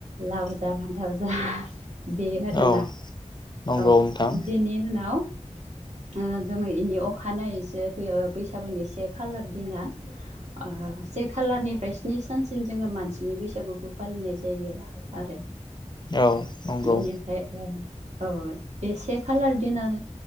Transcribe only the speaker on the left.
औ नंगौ
नोंथां
औ नंगौ